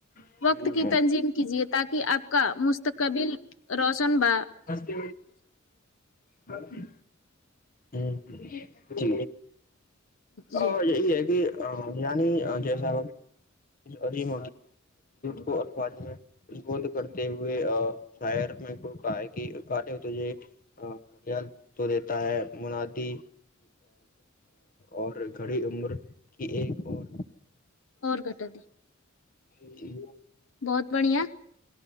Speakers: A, on the left; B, on the left.
A: نا
B: وقت کی تنظیم کیجیے تاکہ آپ کا مستقبل روشن ب
A: ہستے ب <unintelligible> ہوں اچی ا
B: جی
A: یہی ہے کہ <unintelligible> یعنی جیسا عظیم کو الاظ کرتے ہوئےر کہ کہٹ تھ تو دیتا ہے منادی اور گھڑی عمر کی ایک اور
B: اور کٹا دی
A: ج ج <unintelligible>
B: بہت بڑھیا